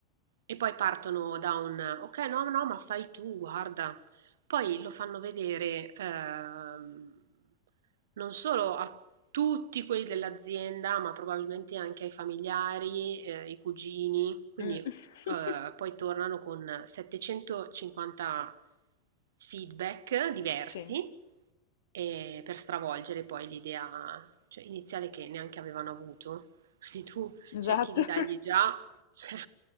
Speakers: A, on the right (about 70°); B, on the left (about 65°).
A: e, poi partono da un ok no no ma fai tu guarda poi lo fanno vedere ehm, non solo a tutti quelli dell'azienda ma probabilmente anche ai familiari, eh, ai cugini quindi
B: Mm.
A: eh,
B: <laughs>
A: poi tornano con 750 feedback diversi
B: Sì,
A: Ehm, per stravolgere poi l'idea, cioè, iniziale che neanche avevano avuto. <laughs> Quindi tu
B: esatto.
A: cerchi di dargli
B: <laughs>
A: già, cioè,